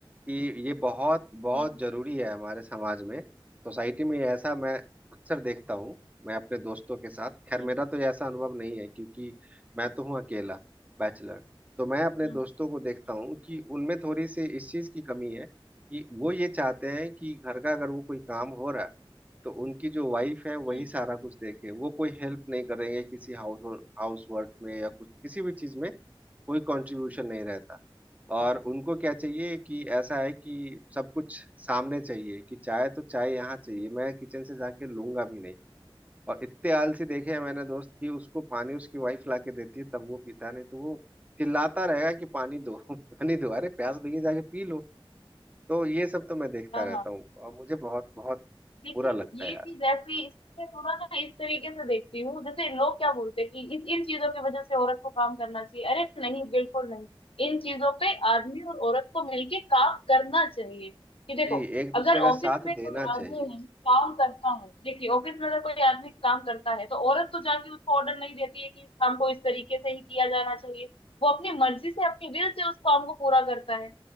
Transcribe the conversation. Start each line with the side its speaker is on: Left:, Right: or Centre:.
Right: कि ये बहुत बहुत
Left: हम्म
Right: जरूरी है हमारे समाज में सोसाइटी में ऐसा मैं अक्सर देखता हूँ मैं अपने दोस्तों के साथ खैर
Left: हम्म
Right: मेरा तो ये ऐसा अनुभव नहीं है क्योंकि मैं तो हूँ अकेला बैचलर तो मैं अपने
Left: हम्म
Right: दोस्तों को देखता
Left: हम्म
Right: हूँ कि उनमें थोड़ी सी इस चीज की कमी है कि वो ये चाहते हैं कि घर का अगर वो कोई काम हो रहा है तो उनकी जो वाइफ है वही
Left: हम्म।
Right: सारा कुछ देखे वो कोई हेल्प नहीं करेंगे किसी हाउस हाउस वर्क में या कुछ किसी भी चीज में कोई कंट्रीब्यूशन नहीं रहता और उनको क्या चाहिए कि ऐसा है कि सब कुछ सामने चाहिए कि चाय तो चाय यहाँ चाहिए मैं किचन से जाके लूंगा भी नहीं और इतने आलसी देखे हैं मैंने दोस्त कि उसको पानी उसकी वाइफ ला के देती है तब वो पीता है, नहीं तो वो चिल्लाता रहेगा कि पानी दो <laughs> पानी दो अरे प्यास लगी जाके पी लो तो ये सब तो मैं देखता
Left: हाँ
Right: रहता
Left: हाँ
Right: हूँ और मुझे बहुत बहुत
Left: देखिए
Right: बुरा लगता है
Left: ये
Right: यार
Left: चीज ऐसी इसमें थोड़ा ना इस तरीके से देखती हूँ जैसे लोग क्या बोलते हैं कि इस इन चीजों की वजह से औरत को काम करना चाहिए अरे नहीं बिल्कुल नहीं इन चीजों पे आदमी और औरत को मिलके काम करना चाहिए कि देखो
Right: जी एक दूसरे
Left: अगर
Right: का
Left: ऑफिस
Right: साथ
Left: में
Right: देना
Left: कोई
Right: चाहिए
Left: आदमी है काम करता है देखिए ऑफिस में अगर कोई आदमी काम करता है तो औरत तो जाके उसको ऑर्डर नहीं देती है कि इस काम को इस तरीके से ही किया जाना चाहिए वो अपनी मर्जी से अपनी विल से उस काम को पूरा करता है